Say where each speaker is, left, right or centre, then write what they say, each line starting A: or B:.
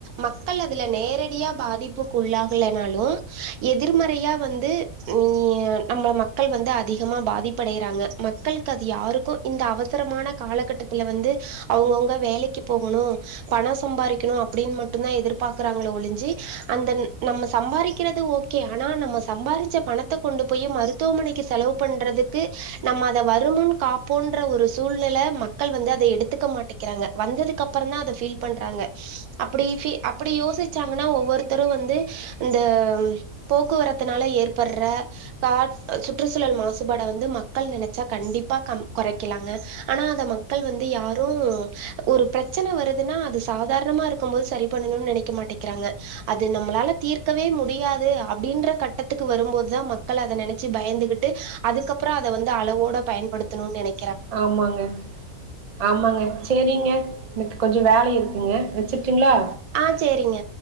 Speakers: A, on the right; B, on the right.
A: மக்கள் அதுல நேரடியா பாதிப்புக்குள்ளாகலனாலு எதிர்மறையா வந்து ம் நம்ம மக்கள் வந்து அதிகமா பாதிப்படைறாங்க மக்களுக்கு அது யாருக்கு இந்த அவசரமான காலகட்டத்துல வந்து அவங்கவுங்க வேலைக்கு போகணு பணம் சம்பாரிக்கணு அப்பிடின்னு மட்டுதா எதிர்பாக்கறாங்கள ஒளிஞ்சி அந்த நம்ம சம்பாரிக்கிறது ஓகே ஆனா நம்ம சம்பாரிச்ச பணத்த கொண்டு போய் மருத்துவமனைக்கு செலவு பண்றதுக்கு நம்ம அத வருமுன் காப்போன்ற ஒரு சூழ்நில மக்கள் வந்து அத எடுத்துக்க மாட்டேக்கிறாங்க வந்ததுக்கப்பறதா அத ஃபீல் பண்றாங்க அப்பிடி ஃபி அப்பிடி யோசிச்சாங்கன்னா ஒவ்வொருத்தரு வந்து இந்த போக்குவரத்தனால ஏற்படுற காற் சுற்றுசூழல் மாசுபாட வந்து மக்கள் நினச்சா கண்டிப்பா கொறைக்கலாங்க ஆனா அத மக்கள் வந்து யாரும் ஒரு பிரச்சன வரு துன்னா அது சாதாரணமா இருக்கு போது சரி பண்ணணும்னு நெனைக்க மாட்டேக்கிறாங்க அது நம்மளால தீர்க்கவே முடியாது அப்பிடின்ற கட்டத்துக்கு வரும்போதுதா மக்கள் அத நெனைச்சி பயந்துகிட்டு அதுக்கப்புறோ அத வந்து அளவோட பயன்படுத்தணுன்னு நெனை
B: ஆமாங்க ஆமாங்க சேரிங்க என்க் கொஞ்சோ வேலை இருக்குங்க வச்சுர்டுங்களா
A: ஆ சேரிங்க